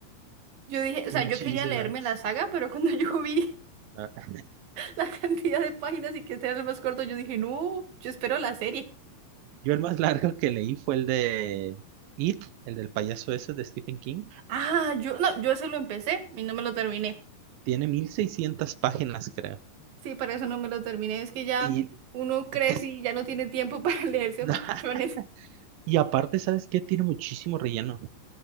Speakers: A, on the right; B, on the right.
A: Yo dije, o
B: muchísimas.
A: sea, yo quería leerme la saga, pero <laughs> cuando yo vi
B: Ah,
A: <laughs> la cantidad de páginas y que este era el más corto, yo dije, no, yo espero la serie.
B: Yo el más largo que leí fue el de It, el del payaso ese de Stephen King.
A: Ah, yo, no, yo eso lo empecé y no me lo terminé.
B: Tiene 1600 páginas, creo.
A: Sí, para eso no me lo terminé. Es que ya
B: Y,
A: uno crece
B: te-
A: y ya no tiene tiempo para <laughs> leerse
B: <laughs>
A: esos tochones.
B: y aparte, ¿sabes qué? Tiene muchísimo relleno.